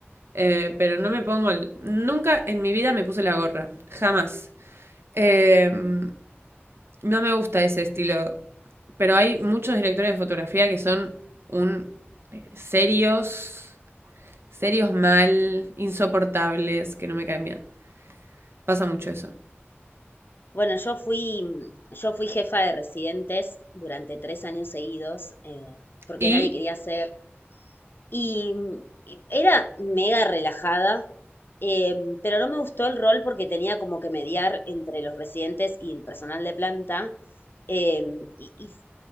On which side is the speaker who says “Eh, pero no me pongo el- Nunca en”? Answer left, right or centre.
Right